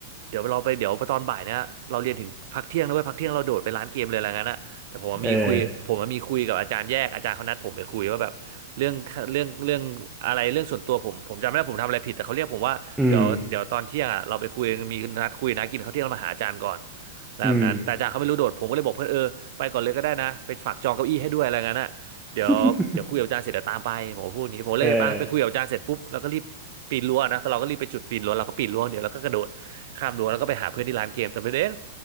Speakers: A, on the right; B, in the centre.
A: เดี๋ยวเราไปเดี๋ยวตอนบ่ายเนี่ยเราเรียนถึงพักเที่ยงนะเว้ยพักเที่ยงเราโดดไปร้านเกมเลยอะไรเงี้ยนะแต่ผมว่ามีคุยผมว่ามีคุยกับอาจารย์แยกอาจารย์เขานัดผมไปคุยว่าแบบเรื่องเรื่องเรื่องอะไรเรื่องส่วนตัวผมผมจำไม่ได้ผมทำอะไรผิดแต่เขาเรียกผมว่าเดี๋ยวเดี๋ยวตอนเที่ยงอ่ะเราไปคุยมีนัดคุยนะกินข้าวเที่ยงแล้วมาหาอาจารย์ก่อน
B: เอออืม
A: อะไรแบบนั้นแต่อาจารย์เขาไม่รู้โดดผมก็เลยบอกเพื่อนเออไปก่อนเลยก็ได้นะไปฝากจองเก้าอี้ให้ด้วยอะไรเงี้ยนะ
B: อืม
A: เดี๋ยวเดี๋ยวคุยกับอาจารย์เสร็จเดี๋ยวตามไปผมพูดอย่างนี้ผมเลยไปไปคุยกับอาจารย์เสร็จปุ๊บแล้วก็รีบปีนรั้วนะก็เราก็รีบไปจุดปีนรั้วเราก็ปีนรั้วเดี๋ยวเราก็กระโดดข้ามรั้วแล้วก็ไปหาเพื่อนที่ร้านเกมแต่ประเด็น
B: <laughs> เออ